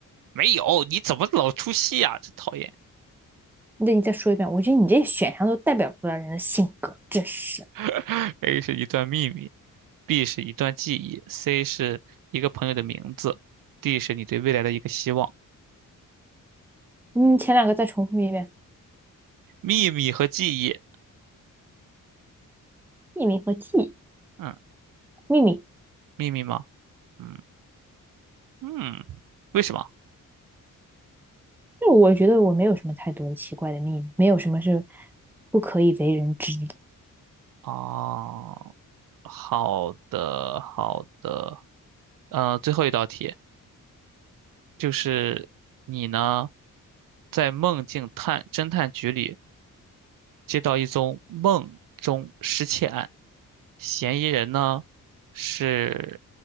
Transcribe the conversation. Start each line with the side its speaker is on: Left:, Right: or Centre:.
Right: 没有，你怎么老出戏啊？真讨厌。
Centre: 那你再说一遍，我觉得你这选项都代表不了人的性格，真是。
Right: <laughs> A 是一段秘密，B 是一段记忆，C 是一个朋友的名字，D 是你对未来的一个希望。
Centre: 嗯，前两个再重复一遍，
Right: 秘密和记忆，
Centre: 秘密和记忆
Right: 嗯，
Centre: 秘密，
Right: 秘密吗？嗯嗯，为什么？
Centre: 那我觉得我没有什么太多的奇怪的秘密，没有什么是不可以为人知
Right: 哦，好的好的，呃，最后一道题就是你呢，在梦境探侦探局里接到一宗梦中失窃案，嫌疑人呢是